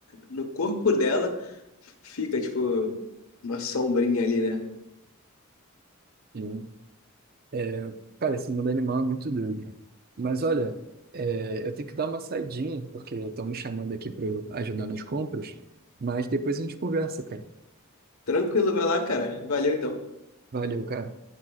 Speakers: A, on the left; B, on the right.
A: no corpo dela, fica, tipo, uma sombrinha ali, né?
B: E, é, cara, esse mundo animal é muito doido. Mas olha, é, eu tenho que dar uma saidinha, porque estão me chamando aqui para ajudar nas compras, mas depois a gente conversa, cara.
A: Tranquilo, vai lá, cara. Valeu então.
B: Valeu, cara.